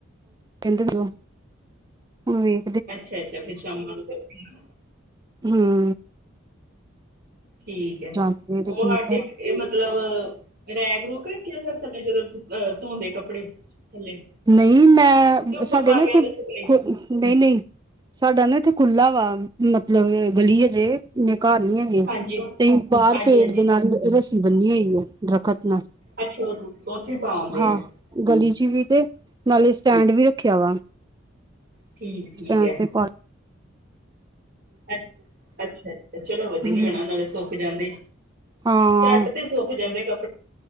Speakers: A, on the right; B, on the right.
A: ਕਹਿੰਦੀ ਸੀ ਓ, ਉਈ।
B: ਅੱਛਾ-ਅੱਛਾ ਵਿੱਚ ਕੰਮ-ਕੁੰਮ ਕਰਦੇ।
A: ਹੂੰ।
B: ਠੀਕ ਹੈ,
A: ਜਾਂਦੇ ਤੇ
B: ਓ
A: ਕੀ
B: ਸਾਡੇ
A: ਕਰ
B: ਵੀ ਏ ਮਲ ਮਤਲਬ ਰੈਕ-ਰੁਕ ਰੱਖੇ ਆ ਫੇਰ ਥੱਲੇ ਜਦੋਂ ਅਹ ਧੋਂਦੇ ਕੱਪੜੇ ਥੱਲੇ।
A: ਨਈ ਮੈਂ
B: ਕਿ ਉੱਪਰ
A: ਸਾਡੇ
B: ਪਾ
A: ਨਾ
B: ਕੇ
A: ਇੱਥੇ
B: ਆਉਂਦੇ ਸੁਕਣੇ
A: ਨਈ-ਨਈ! ਸਾਡਾ ਨਾ ਇੱਥੇ ਖੁੱਲਾ ਵਾ ਮਤਲਬ ਗਲੀ ਹਜੇ ਇੰਨੇ ਘਰ ਨੀ ਹੈਗੇ।
B: ਹਾਂਜੀ
A: ਤੇ ਬਾਰ
B: ਹਾਂਜੀ
A: ਪੇੜ
B: ਹਾਂਜੀ
A: ਦੇ ਨਾਲ ਰੱਸੀ ਬੰਨੀ ਹੋਈ ਹੈ ਦਰੱਖਤ ਨਾਲ।
B: ਅੱਛਾ ਉਹ- ਉੱਥੇ ਪਾਉਂਦੇ
A: ਹਾਂ,
B: ਆ
A: ਗਲੀ 'ਚ ਵੀ ਤੇ ਨਾਲੇ ਸਟੈਂਡ ਵੀ ਰੱਖਿਆ ਵਾ।
B: ਠੀਕ-ਠੀਕ
A: ਸਟੈਂਡ
B: ਆ।
A: ਤੇ ਪਾ
B: ਅੱਛਾ- ਅੱਛਾ ਚਲੋ ਵਧੀਆ
A: ਹੂੰ
B: ਨਾ ਨਾਲੇ ਸੁੱਕ ਜਾਂਦੇ।
A: ਹਾਂ
B: ਝੱਟ ਤੇ ਸੁੱਕ ਜਾਂਦੇ। ਕੱਪੜੇ